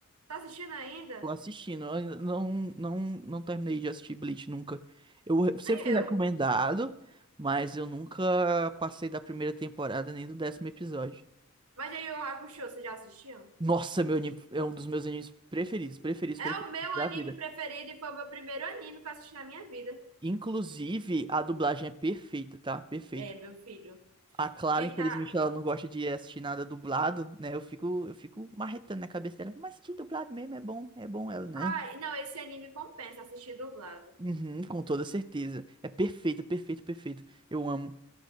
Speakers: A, on the right; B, on the right.
A: Tá assistindo ainda?
B: Tô assistindo. Eu ainda não, não, não terminei de assistir Bleach nunca. Eu re- sempre
A: Nem
B: fui
A: eu.
B: recomendado, mas eu nunca passei da primeira temporada nem do décimo episódio.
A: Mas aí o Hakusho, você já assistiu?
B: Nossa, meu anime é um dos meus animes preferidos, preferidos,
A: É
B: preferidos
A: o meu
B: da
A: anime
B: vida.
A: preferido e foi o meu primeiro anime que eu assisti na minha vida.
B: Inclusive, a dublagem é perfeita, tá? Perfeita.
A: É, meu filho.
B: A Clara,
A: Quem
B: infelizmente,
A: tá.
B: ela não gosta de assistir nada dublado, né? Eu fico, eu fico marretando na cabeça dela, mas que dublado mesmo é bom, é bom ela, né?
A: Ai, não, esse anime compensa assistir dublado.
B: Uhum, com toda certeza. É perfeito, perfeito, perfeito. Eu amo.